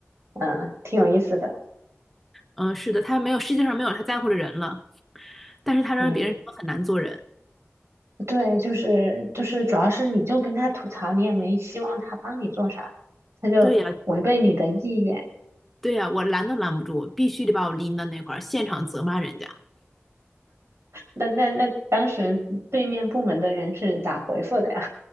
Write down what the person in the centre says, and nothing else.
嗯，是的，他没有世界上没有他在乎的人了，但是他让别人真的很难做人。
对呀，对呀，我拦都拦不住，必须得把我拎到那块儿，现场责骂人家。